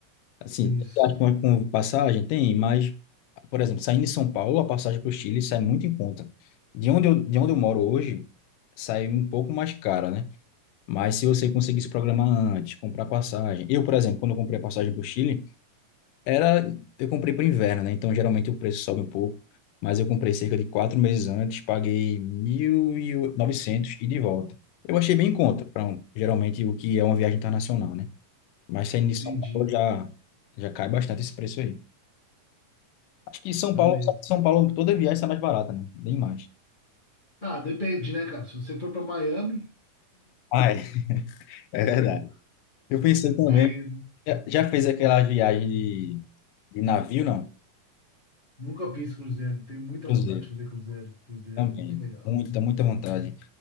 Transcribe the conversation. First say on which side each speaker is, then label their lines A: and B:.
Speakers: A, on the left; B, on the left.
A: Assim,
B: Isso,
A: tem acho que uma com passagem tem, mas, por exemplo, saindo de São Paulo, a passagem para o Chile sai muito em conta. De onde eu, de onde eu moro hoje, sai um pouco mais cara, né? Mas se você conseguisse programar antes, comprar passagem. Eu, por exemplo, quando eu comprei a passagem para o Chile, era, eu comprei para o inverno, né? Então, geralmente o preço sobe um pouco, mas eu comprei cerca de quatro meses antes, paguei 1.900 e de volta. Eu achei bem em conta, para geralmente o que é uma viagem internacional, né? Mas saindo
B: entendi.
A: de São Paulo já, já cai bastante esse preço aí. Acho que São
B: Beleza.
A: Paulo, São Paulo, toda viagem está mais barata, né? Bem mais.
B: Ah, depende, né, cara? Se você for pra Miami,
A: Ah, é, é
B: <laughs>
A: verdade. Eu pensei também.
B: aí
A: Já, já fez aquela viagem de, de navio, não?
B: nunca fiz cruzeiro. Tenho muita
A: Cruzeiro.
B: vontade de fazer cruzeiro. Cruzeiro
A: Também.
B: é muito legal.
A: Muita, muita vontade.